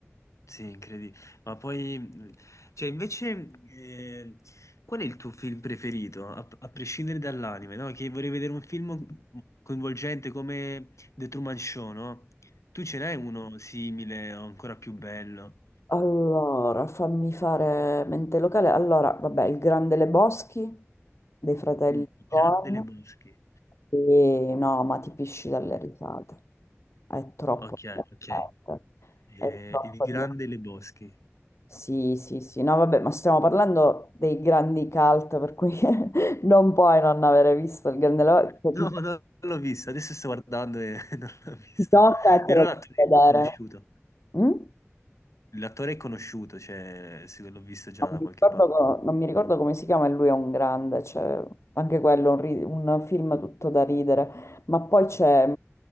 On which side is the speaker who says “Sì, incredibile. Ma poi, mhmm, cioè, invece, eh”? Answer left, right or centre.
Left